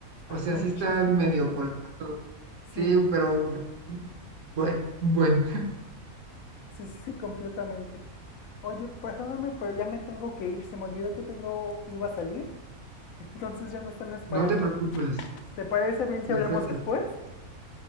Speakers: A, on the left; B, on the right.
A: <laughs>
B: O
A: es
B: sea,
A: muchísimo.
B: sí están medio cortos.
A: Sí,
B: Sí, pero bueno, bueno, <laughs>
A: sí, sí, sí, completamente. Oye, perdóname, pero ya me tengo que ir, se me olvidó que tengo, iba a salir, <laughs> entonces ya me están esperando.
B: no te preocupes.
A: ¿Te parece bien si
B: Perfecto.
A: hablamos después?